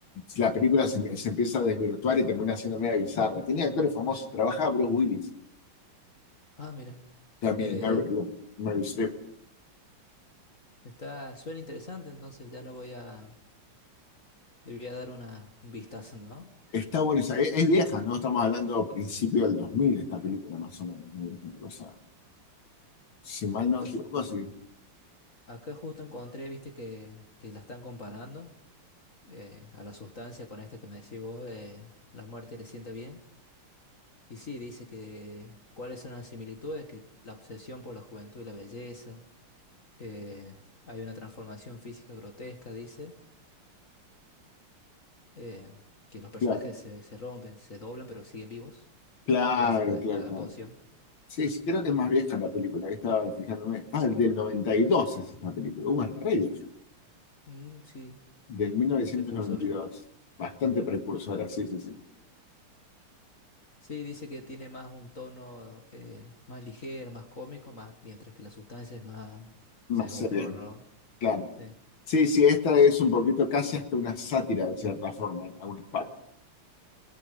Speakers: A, on the left; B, on the left.
A: la película se, se empieza a desvirtuar y termina siendo media bizarra. Tiene actores famosos, trabaja Bruce Willis
B: Ah, mira.
A: también,
B: Eh,
A: y Meryl, Meryl Streep.
B: está, suena interesante, entonces ya lo voy a, le voy a dar una, un vistazo, ¿no?
A: Está buena esa, es, es vieja, ¿no? Estamos hablando principio del 2000 esta película, más o menos, ¿no? Es una cosa, si mal no
B: Ac-
A: me equivoco, sí.
B: Acá justo encontré, viste, que, que la están comparando. eh, a la sustancia con esto que me decís vos de la muerte le sienta bien. Y sí, dice que cuáles son las similitudes, que la obsesión por la juventud y la belleza, eh, hay una transformación física grotesca, dice, eh, que los personajes
A: Claro,
B: se, se rompen, se doblan, pero siguen vivos
A: claro,
B: gracias a esta
A: claro. claro.
B: poción.
A: Sí, sí, creo que es más vieja la película, que estaba fijándome. Ah, del 92 es esta película. Uh, es re vieja.
B: Mm, sí,
A: Del mil novecientos
B: el precursor.
A: noventa y dos, Bastante precursora, sí, sí, sí.
B: Sí, dice que tiene más un tono eh, más ligero, más cómico, más, mientras que la sustancia es más,
A: No
B: ya
A: sé
B: es horror,
A: bien,
B: ¿no?
A: claro.
B: Sí.
A: Sí, sí, esta es un poquito casi hasta una sátira, de cierta forma, en algunas partes.